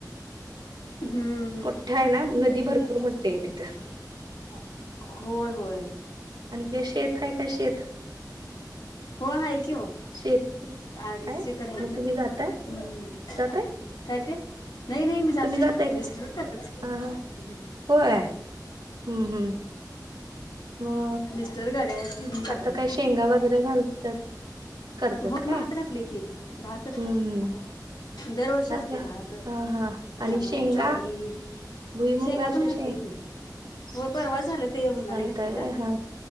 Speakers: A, on the left (about 85°); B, on the right (about 80°).
A: हम्म...
B: मोठा आहे ना
A: हम्
B: नदी भरपूर मोठी आहे तिथं
A: होय होय
B: आणि शेत आहे का शेत...
A: हो आहे की हो.....
B: शेती
A: अडीेच एक्कर आहे
B: मग
A: की....
B: तुम्ही जाताय जाताय
A: काय ते नाही नाही मी जात
B: तुम्ही
A: नाही
B: जाताय
A: मिस्टरच करतात सग
B: हा हा होय हम् हम्म... मग
A: मिस्टर गड्या सिंगिंग करतात...
B: आता काय शेंगा वगैरे घालतात करतात
A: होत
B: काय
A: भात घातले की भात
B: हम्म
A: दरवर्ष
B: हम्म
A: असते
B: घा
A: भात.. अं
B: हा हा आणि शेंगा
A: जॉरी
B: भुईमुगाच्या
A: शिंगा पण
B: शे
A: करते की... हो परवा झालं ते उन्हाळे
B: घालताय
A: घातलेलं
B: व्हय हा